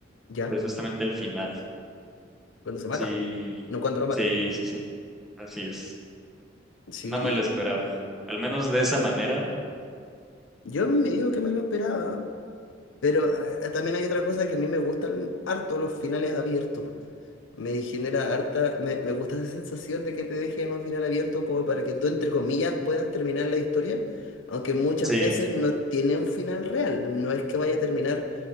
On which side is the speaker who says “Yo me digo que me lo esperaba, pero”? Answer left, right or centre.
Left